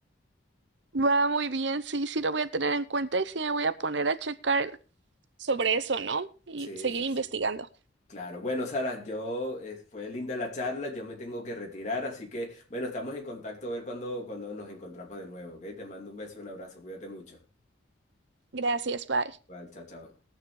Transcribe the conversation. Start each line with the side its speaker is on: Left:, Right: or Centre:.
Right: Va muy bien, sí, sí lo voy a tener en cuenta y sí me voy a poner a checar sobre eso, ¿no? Y
Left: Sí,
Right: seguir
Left: sí,
Right: investigando.
Left: sí. Claro, bueno, Sara, yo eh, fue linda la charla, yo me tengo que retirar, así que bueno, estamos en contacto a ver cuando, cuando nos encontramos de nuevo, ¿ok? Te mando un beso, un abrazo, cuídate mucho.
Right: Gracias, bye.
Left: Vale, chao, chao.